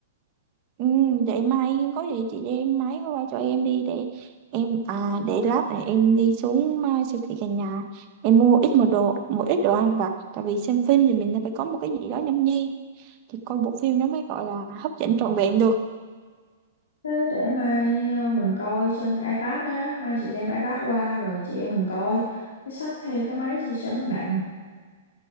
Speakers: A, on the right; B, on the left.
A: ừ, để mai có gì chị đem máy qua cho em đi để em à để lát này em đi xuống à, siêu thị gần nhà em mua ít một đồ một ít đồ ăn vặt tại vì xem phim thì mình phải có một cái gì đó nhâm nhi thì coi bộ phim nó mới gọi là hấp dẫn trọn vẹn được
B: Thế để mai ờ, mình coi trên iPad nhá. Mai chị đem iPad qua rồi chị em mình coi. Chứ xách theo cái máy chị cho nó nặng.